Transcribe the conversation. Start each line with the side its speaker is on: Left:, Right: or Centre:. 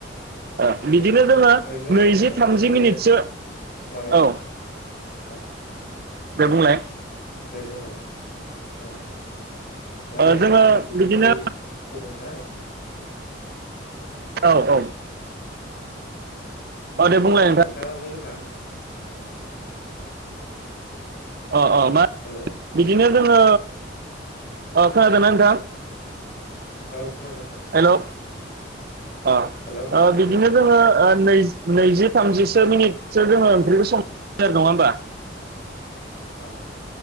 Right: ओ बि बिदिनो जोङो
Left: ओरैनो
Right: नैजि
Left: नोंथां
Right: थामजि
Left: बे
Right: मिनिटसो
Left: माबा
Right: औ
Left: औ
Right: दे बुंलाय
Left: दे बुंलाय औ माने
Right: ओ जोङो
Left: बे जिथु
Right: बिदिनो
Left: दै फुदुंनाय
Right: औ औ औ दे बुंलाय
Left: अ
Right: नोंथां
Left: नोंथाङा बुंग्रोनो हा
Right: अ अ मा
Left: हेलौ
Right: बिदिनो जोङो ओ खोनादोंना नोंथां
Left: औ खोनादों नोंथां
Right: हेलौ अ
Left: हेलौ हेलौ
Right: ओ बिदिनो जोङो ओ नै नैजि थामजिसो मिनिटसो जोङो ओंख्रिखो सं <unintelligible> नङा होमबा
Left: औ।